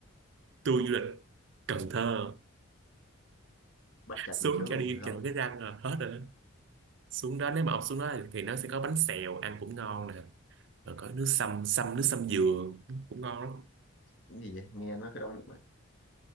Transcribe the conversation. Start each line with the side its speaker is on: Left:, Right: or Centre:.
Right: tôi du lịch Cần Thơ
Left: bắt trả
Right: xuống
Left: tiền trước
Right: cho
Left: luôn
Right: đi
Left: rồi xong
Right: cho cái răng rồi hết rồi xuống đó nếu mà ông xuống đó thì nó sẽ có bánh xèo ăn cũng ngon nè rồi có nước sâm sâm nước sâm dừa cũng ngon lắm
Left: cái gì vậy nghe nó cứ đau bụng